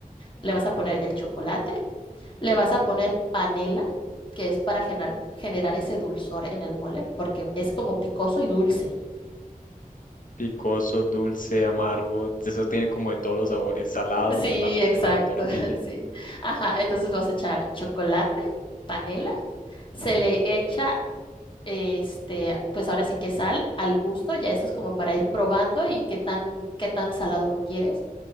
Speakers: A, on the left; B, on the left.
A: Le vas a poner el chocolate, le vas a poner panela, que es para generar, generar ese dulzor en el mole, porque es como picoso y dulce.
B: picoso, dulce, amargo. Eso tiene como de todos los sabores, salado
A: Sí,
B: por la,
A: exacto,
B: por la tortilla.
A: <laughs> sí. Ajá, entonces le vas a echar chocolate, panela, se le echa, este, pues ahora sí que sal al gusto, ya eso es como para ir probando y qué tan, qué tan salado lo quieres.